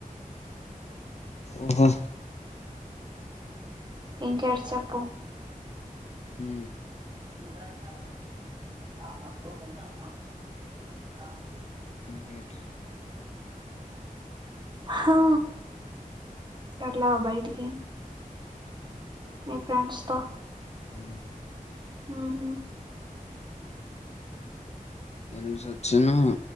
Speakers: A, on the left; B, on the right.
A: ఓహొ
B: ఇంకేటీ చెప్పు
A: ఊమ్
B: ఉదా క మంచిదే ఆవునా కోపందా <unintelligible> అదు
A: గేట్
B: హా గట్ల బైటికి ని ఫ్రెండ్స్తో
A: ఊ
B: ఊహు
A: వెళ్ళసి వచ్చాను